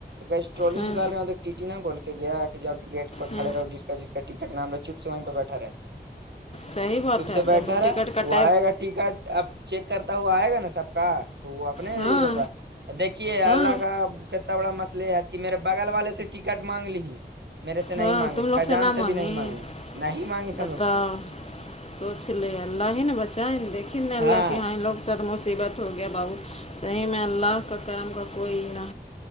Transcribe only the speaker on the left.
ہاں
ہاں
صحیح بات
ہے
جب
ٹکٹ ک
ہاں
ہاں
ہاں
تم لوگ
نہ
مانگیں
بتاؤ
سوچ لے اللہ ہیی ن بچہ ہے دھی ن اللہ
کی یہ لوگ سد مصیبت ہو گیا بو صحی میں اللہ کا کرم کا کوئی نہ